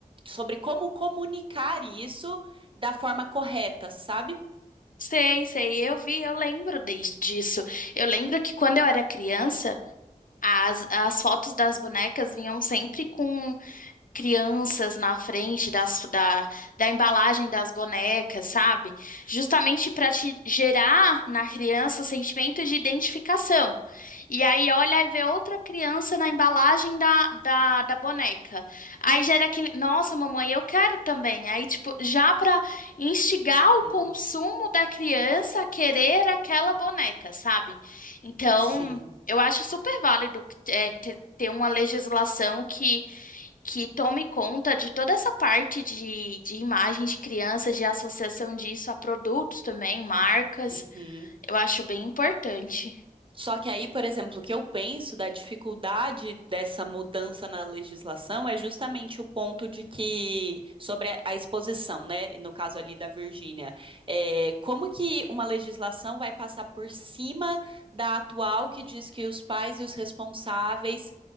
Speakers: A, on the right; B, on the left.
A: sobre como comunicar isso da forma correta, sabe?
B: Sei, sei, eu vi, eu lembro dis- disso. Eu lembro que quando eu era criança, as, as fotos das bonecas vinham sempre com crianças na frente das, da, da embalagem das bonecas, sabe? Justamente para te gerar na criança o sentimento de identificação. E aí olha e vê outra criança na embalagem da, da, da boneca. Aí gera aquele, nossa, mamãe, eu quero também. Aí, tipo, já para instigar
A: Uhum,
B: o consumo da criança a querer aquela boneca, sabe? Então,
A: sim.
B: eu acho super válido é, ter ter uma legislação que que tome conta de toda essa parte de, de imagens de crianças, de associação disso a produtos também, marcas.
A: Uhum.
B: Eu acho bem importante.
A: Só que aí, por exemplo, o que eu penso da dificuldade dessa mudança na legislação é justamente o ponto de que, sobre a a exposição, né? No caso ali da Virgínia, é, como que uma legislação vai passar por cima da atual que diz que os pais e os responsáveis